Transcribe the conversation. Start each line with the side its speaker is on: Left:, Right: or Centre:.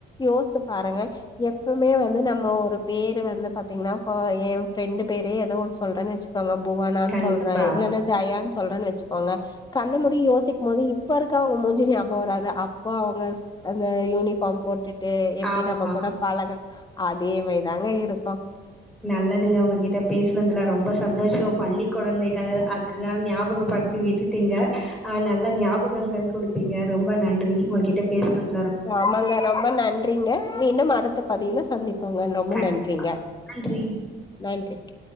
Left: யோசிச்சு பாருங்க எப்பமே வந்து நம்ம ஒரு பேரு வந்து பாத்திங்கனா எ ஃப்ரெண்டு பேர் ஏதோ ஒன்னு சொல்றன் வெச்சுக்கோங்க புவனான்னு
Centre: கண்டிப்பா.
Left: சொல்ற இல்லன்னா ஜெயான் சொல்றன் வெச்சுக்கோங்க கண்ண மூடிட்டு யோசிக்கும் போது இப்ப இருக்க அவங்க மூஞ்சி ஞாபக வராது அப்ப அவங்க அந்த யூனிஃபார்ம் போட்டுட் டு எப்படி
Centre: ஆமா.
Left: நம்ம கூட பழக அதே மாரிதாங்க இருக்கு
Centre: நல்லதுங்க உங்ககிட்ட பேசுனதுல ரொம்ப சந்தோஷ பள்ளி குழந்தைகள் அத அத ஞாபகப்படுத்தி விட்டுட்டீங்க நல்ல ஞாபகங்கள் கொடுத்திங்க ரொம்ப நன்றி உங்ககிட்ட பேசினதுல
Left: ஆமாங்க ரொம்ப நன்றிங்க மீண்டும் அடுத்த பதிவுல சந்திப்போங்க ரொம்ப
Centre: கண்டிப்பா
Left: நன்றிங்க
Centre: நன்றி
Left: நன்றிங்க